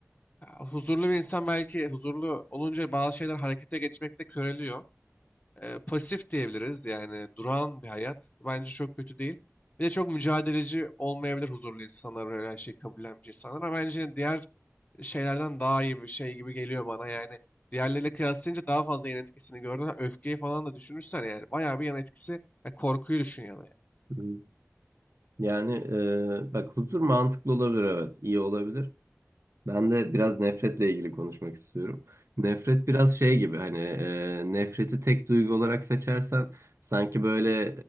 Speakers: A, on the left; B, on the right.
A: Ya, huzurlu bir insan belki huzurlu olunca bazı şeyler harekete geçmekte köreliyor. E, pasif diyebiliriz yani duran bir hayat. Bence çok kötü değil. Bir de çok mücadeleci olmayabilir huzurlu insanlar böyle her şeyi kabullenmiş insanlar. Ama bence diğer şeylerden daha iyi bir şey gibi geliyor bana yani. Diğerleriyle kıyaslayınca daha fazla yan etkisini gördün. Ha, Öfkeyi falan da düşünürsen yani bayağı bir yan etkisi. Ya korkuyu düşün ya da yani.
B: Hı hı. Yani eee, bak huzur mantıklı olabilir evet. İyi olabilir. Ben de biraz nefretle ilgili konuşmak istiyorum. Nefret biraz şey gibi hani e, nefreti tek duygu olarak seçersen sanki böyle